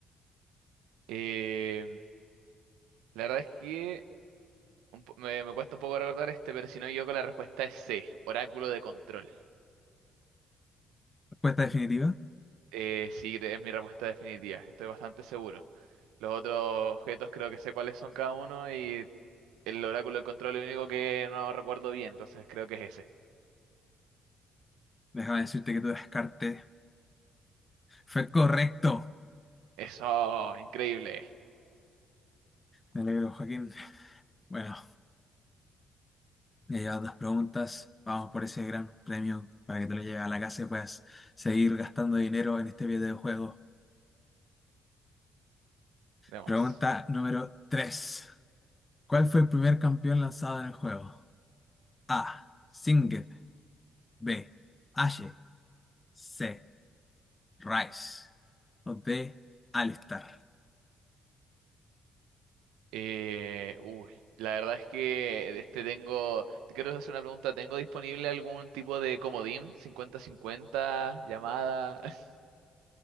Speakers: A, on the right; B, on the left.
A: Eh, la verdad es que un po- me, me cuesta un poco recordar este, pero si no, yo con la respuesta es C, Oráculo de Control.
B: Respuesta definitiva.
A: Eh, sí, es mi respuesta definitiva, estoy bastante seguro. Los otros objetos creo que sé cuáles son cada uno y el oráculo del control es el único que no recuerdo bien, entonces creo que es ese.
B: Déjame decirte que tu descarte fue correcto.
A: Eso, increíble.
B: Me alegro, Joaquín. Bueno, ya llevas dos preguntas. Vamos por ese gran premio para que te lo lleves a la casa y puedas seguir gastando dinero en este videojuego.
A: Vemos.
B: Pregunta número 3. ¿Cuál fue el primer campeón lanzado en el juego? A. Singed. B. Ashe. C. Rice. O D. Alistar.
A: Eh, uy, la verdad es que este tengo, te quiero hacer una pregunta, ¿tengo disponible algún tipo de comodín? 50-50, llamada, <laughs>